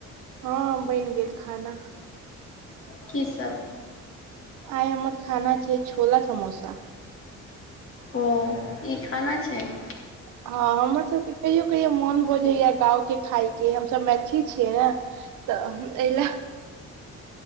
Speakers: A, on the right; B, on the left.
A: हां बनि गेल खाना।
B: कि सब?
A: आइ हमर खाना छै छोला समोसा। <unintelligible>
B: ओ ई खाना छै। <unintelligible>
A: हँ हमर सभके कहियो कहियो मोन भऽ जाइया गाँवके खाायके हमसभ मैथिली छियै ने तऽ एहि ल। <unintelligible>